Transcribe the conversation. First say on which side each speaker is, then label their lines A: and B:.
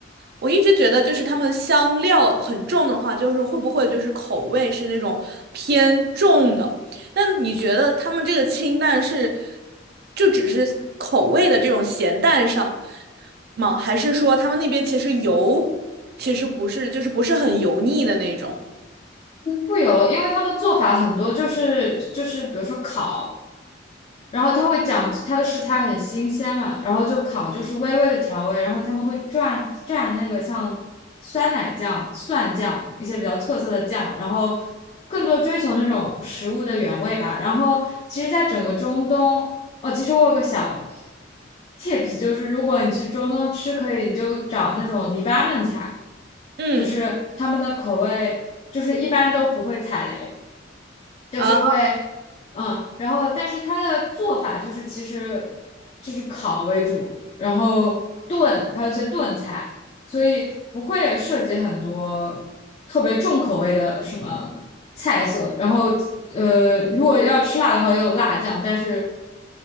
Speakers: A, on the right; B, on the left.
A: 我一直觉得，就是他们香料很重的话，就是会不会就是口味是那种偏重的？那你觉得他们这个清淡是就只是口味的这种咸淡上吗？还是说他们那边其实油其实不是，就是不是很油腻的那种？
B: 不油，因为它的做法很多，就是就是比如说烤。然后他会讲他的食材很新鲜嘛，然后就烤，就是微微的调味，然后他们会蘸蘸那个像酸奶酱、蒜酱一些比较特色的酱，然后更多追求那种食物的原味吧。然后其实，在整个中东，哦，其实我有个小 tips，就是如果你去中东吃，可以你就找那种黎巴嫩菜，
A: 嗯，
B: 就是他们的口味就是一般都不会踩雷。就是会，
A: 啊。
B: 嗯，然后但是它的做法就是其实就是烤为主，然后炖，还有一些炖菜，所以不会涉及很多特别重口味的什么菜色。然后呃，如果要吃辣的话，也有辣酱，但是